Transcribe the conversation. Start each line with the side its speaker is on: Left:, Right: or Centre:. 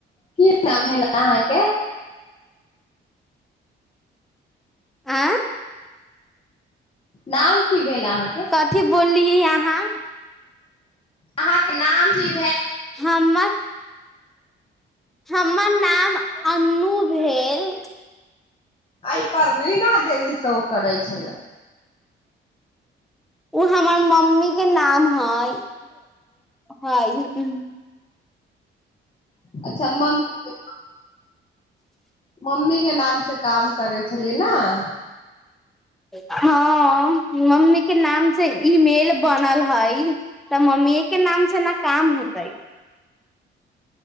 Left: की नाम भेला अहाँके
Centre: आँ
Left: नाम की भेल अहाँके
Centre: कथी बोललियै अहाँ
Left: अहाँके नाम ह
Centre: हम्मर हमर नाम अन्नु भेल
Left: एहि पर रीना देवी सेहो करै छलै
Centre: ओ हमर मम्मी के नाम है हँ
Left: अच्छा मम्मी मम्मी के न नाम से काम करै छलियै न
Centre: हँ मम्मी के नाम से ईमेल बनल हइ तऽ मम्मीए के नाम से ने काम होतै